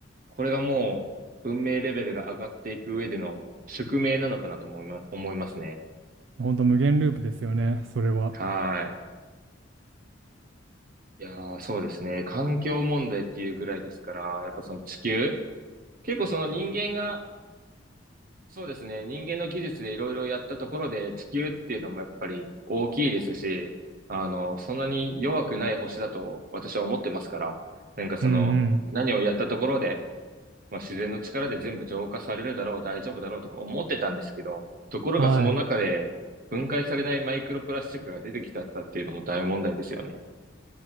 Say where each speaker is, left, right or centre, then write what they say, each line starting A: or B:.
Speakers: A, on the right (about 50°); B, on the right (about 70°).
A: これがもう文明レベルが上がっていく上での宿命なのかなと思いま、思いますね。
B: ほんと無限ループですよね、それは。
A: はい。いやー、そうですね。環境問題っていうぐらいですから、やっぱその地球、結構その人間が、そうですね、人間の技術でいろいろやったところで地球っていうのもやっぱり大きいですし、あの、そんなに弱くない星だと私は思ってますから、なんかその、
B: うんうん。
A: 何をやったところで、まあ、自然の力で全部浄化されるだろう、大丈夫だろうとか思ってたんですけど、ところがその中で分解されないマイクロプラスチックが出てきちゃったっていうのも大問題ですよね。
B: は